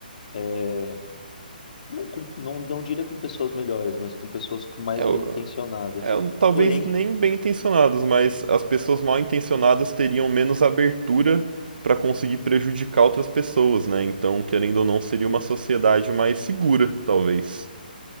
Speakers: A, on the left; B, on the right.
A: é, Não, com, não, não diria com pessoas melhores, mas com pessoas com mais
B: Eu,
A: bem intencionadas.
B: eu, talvez
A: Porém,
B: nem bem intencionados, mas as pessoas mal intencionadas teriam menos abertura para conseguir prejudicar outras pessoas, né? Então, querendo ou não, seria uma sociedade mais segura, talvez.